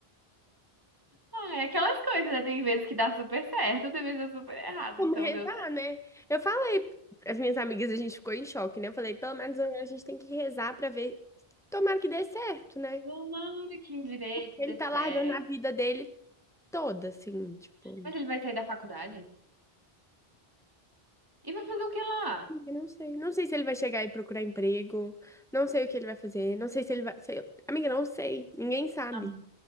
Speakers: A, on the right; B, in the centre.
A: Ah, é aquelas coisas, né? Tem vezes que dá super certo, tem vezes que dá super errado.
B: como
A: Então,
B: rezar,
A: Deus,
B: né? Eu falei, as minhas amigas, a gente ficou em choque, né? Eu falei, pelo menos a gente tem que rezar pra ver, tomara que dê certo, né?
A: tomara que em direito
B: Porque ele
A: dê
B: tá largando
A: certo.
B: a vida dele toda, assim, tipo,
A: Mas ele vai sair da faculdade? E vai fazer o que lá?
B: eu não sei. Não sei se ele vai chegar e procurar emprego, não sei o que ele vai fazer, não sei se ele vai. sei- Amiga, não sei, ninguém sabe.
A: Ah,